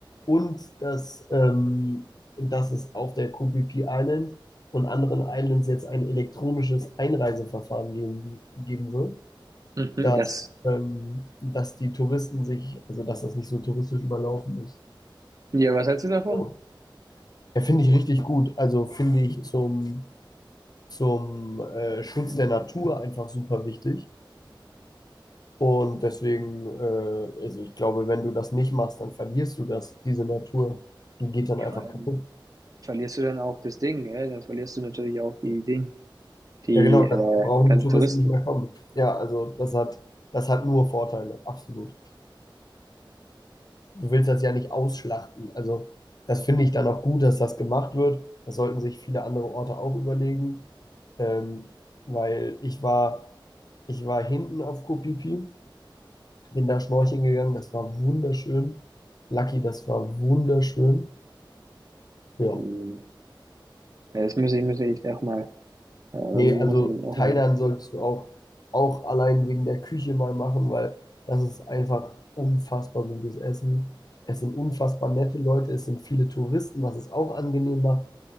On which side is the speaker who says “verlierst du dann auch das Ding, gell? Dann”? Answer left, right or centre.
Right